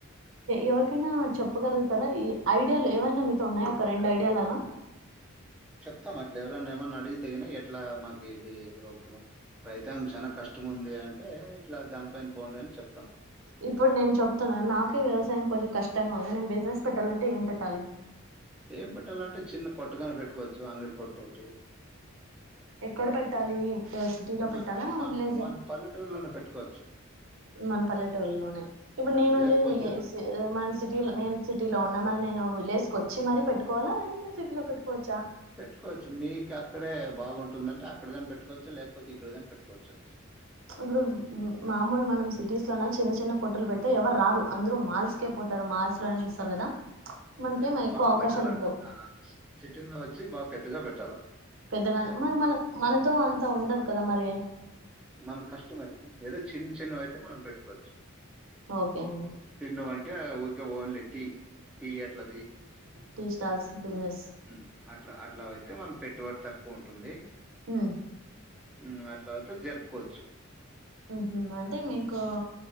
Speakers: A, on the right; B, in the centre.
A: ఎవరికైనా చెప్పగలుగుతారా ఈ ఐడియాలు ఎవైనా మీతో ఉన్నాయా ఒక రెండు ఐడియాల అలా
B: చెప్తాం అట్లా ఎవరనా ఏమన్నా అడిగి తగినా ఎట్లా మాకి ఇది రో రైతాంగం చాలా కష్ట ఇష్టం ఉంది అంటే ఇట్లా దానిపైన పోండి అని చెప్తాం
A: ఇప్పుడు నేను చెప్తున్నాను నాకే వ్యవసాయం కొంచెం కష్టంగా ఉంది నేను బిజినెస్ పెట్టాలంటే ఏం పెట్టాలి
B: ఏం పెట్టాలంటే చిన్న కొట్టగాని పెట్టుకోవచ్చు అంగడి కొట్టు ఒకటి
A: ఎక్కడ పెట్టాలి సిటీ లో
B: మన
A: పెట్టాలా
B: మన
A: విలేజ్
B: మన
A: లో
B: పల్లెటూరులోనే పెట్టుకోవచ్చు
A: మన పల్లెటూళ్ళలోనే ఇప్పుడు
B: హ్మ్.
A: నేను ఉండేది
B: లేకపోతే
A: విలే మన సిటీలో నేను సిటీలో ఉన్నా మన నేను విలేజ్ కు వచ్చి మరీ పెట్టుకోవాలా సిటీలో పెట్టుకోవచ్చా
B: పెట్టుకోవచ్చు మీకు అక్కడే బాగుంటుందంటే అక్కడ కాని పెట్టుకోవచ్చు లేకపోతే ఇక్కడ కాని పెట్టుకోవచ్చచ్చు
A: ఇప్పుడు మామూలు మనం సిటీస్ లో చిన్న చిన్న కొట్టలు పెడితే ఎవరు రారు అందరూ మాల్స్కే పో అతారు మార్చ్ లోనే చూస్తారు కదా మనకేం
B: అంటే
A: ఎక్కువ
B: బాగు
A: అవకాశాలు
B: పెట్టాలడ
A: ఉండవు
B: సిటీ లో వచ్చి బాగు పెద్దగా పెట్టాలి
A: పెద్దగానే మరి మన మనతో అంతా ఉండదు కదా మరి
B: మన కష్టమ అవుతుంది ఏదో చిన్న చిన్నవి అయితే మనం పెట్టుకోవచ్చు
A: ఓకే అండి
B: చిన్నవి అంటే ఊరికే ఓన్లీ టీ టీ ఎట్లది
A: టీ స్టాల్స్ బిజినెస్
B: హ్మ్మ్ అట్లా అట్లా అయితే మనకి పెట్టుబడి తక్కువ ఉంటుంది
A: ఉమ్
B: ఉమ్ అట్లావుతే జరుపుకోవచ్చు
A: ఉమ్ హ్ అంటే మీకు